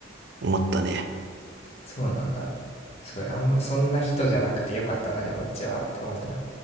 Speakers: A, on the right; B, on the left.
A: 思ったね。
B: そうなんだ。すごい、あんま、そんな人じゃなくてよかったな、でもうちはって思うな。